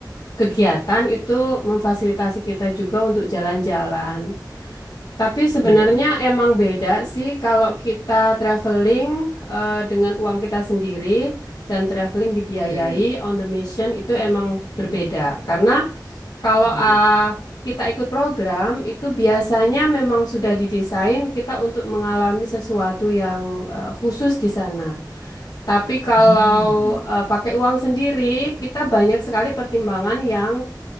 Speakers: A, on the left; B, on the right.
A: kegiatan itu memfasilitasi kita juga untuk jalan-jalan. Tapi sebenarnya
B: iya, iya,
A: emang beda sih kalau kita traveling eh, dengan uang kita sendiri dan traveling dibiayai
B: iya, iya,
A: on the mission itu emang berbeda. Karena kalau
B: iya,
A: ah,
B: iya.
A: kita ikut program itu biasanya memang sudah didesain kita untuk mengalami sesuatu yang eh, khusus di sana. Tapi kalau
B: Hmm,
A: eh, pakai uang sendiri, kita banyak sekali pertimbangan yang